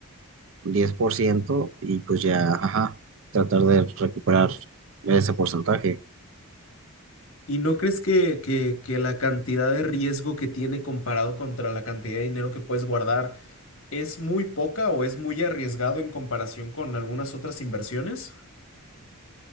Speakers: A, on the right; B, on the left.
A: diez por ciento y pues ya, ajá, tratar de recuperar ese porcentaje.
B: ¿Y no crees que, que, que la cantidad de riesgo que tiene comparado contra la cantidad de dinero que puedes guardar es muy poca o es muy arriesgado en comparación con algunas otras inversiones?